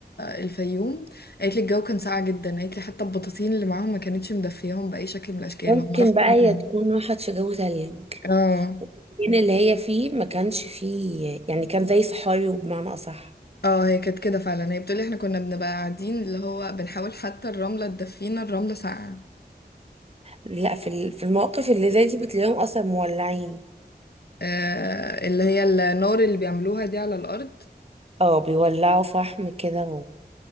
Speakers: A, on the left; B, on the right.
A: آه، الفيوم قالت لي الجو كان ساقع جدا قالت لي حتى البطاطين اللي معاهم ما كانتش مدفياهم باي شكل من الاشكال
B: ممكن
A: هم راحوا
B: بقى
A: يوم-
B: هي تكون راحت في جو تلج
A: اه
B: المكان اللي هي فيه ما كانش فيه يعني كان زي صحاري وبمعنى اصح
A: اه هي كانت كده فعلا هي بتقولي احنا كنا بنبقى قاعدين اللي هو بنحاول حتى الرمله تدفينا الرمله ساقعه
B: لا في ال- في المواقف اللي زي دي بتلاقيهم اصلا مولعين
A: آه اللي هي النار اللي بيعملوها دي على الارض
B: اه بيولعوا فحم كده